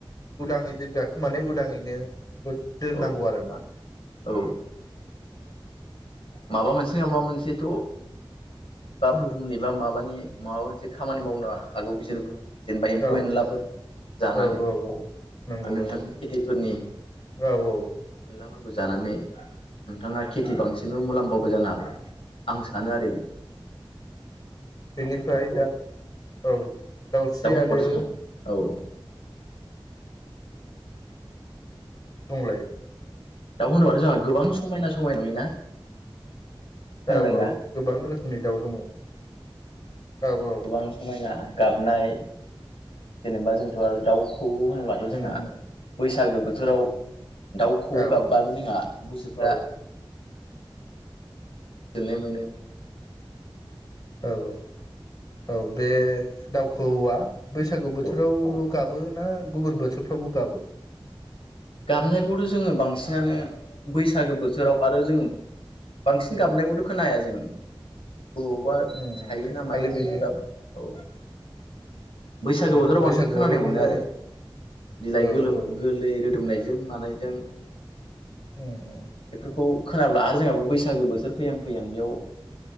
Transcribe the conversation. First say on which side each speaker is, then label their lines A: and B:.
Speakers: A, on the left; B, on the left.
A: उदाङै बिरग्राखौ माने उदाङैनो दोननांगौ
B: औ
A: आरो ना
B: औ माबा मोनसे नङा माबा मोनसेथ बा बुहुमनि बा माबानि माबा मोनसे खामानि मावनो हागौ बिसोरबो जेनेबा एम्फौ
A: औ
B: एनलाफोर जानानै
A: औ औ औ नंगौ
B: नोंथांनि
A: नंगौ
B: खेथिफोरनि
A: औ औ
B: फोरबो जानानै नोंथाङा खेथि बांसिनबो मुलाम म्फाबो जानो हानाय आं सानो आरो
A: बेनिफ्राय
B: दाउ होनोबाथ
A: दा औ दाउस्रि
B: दाउ होनोबाथ
A: आरो
B: जों औ औ
A: <inaudible>
B: होनोबा जोंहा गोबां समायना समाय नुयोना। खोनादोंना
A: औ गोबां रोखोमनि दाउ दङ औ औ।
B: गोबां समायना गाबनाय जेनेबा जोंथ आरो दाउ। खौ होनोबथ' जोंहा
A: उम उम
B: बैसागो बो थोराव दाउ खौऔ
A: औ औ
B: गाबबानो जोंहा गोसोफ्रा
A: औ
B: जोननाय मोनो
A: औ औ औ बे दावखौवौआ बैसागु बोथोरावल
B: औ
A: गाब ना गुबुन बोथोरफ्रावबो गाबो
B: गाबनायखौथ जोङो बांसिनानो बैसागो बोथोराव आरो जों बांसिन गाबनायखौथ' खोनाया जों बबावबा
A: उम उम
B: थायो ना
A: खालि
B: मायो
A: बे
B: जोंथ दा औ बैसागो
A: औ
B: बोथोराव
A: बैसागुआवल'
B: बांसिन खोनानाय
A: नुनो
B: मोनो आरो बिलाइ
A: औ
B: गोलोम
A: औ
B: गोलैरो नायजों मानायजों
A: उ उ
B: बेफोरखौ खोनाब्ला आरो जोंहाबो बैसागो बोथोर फैयां फैयां बेयाव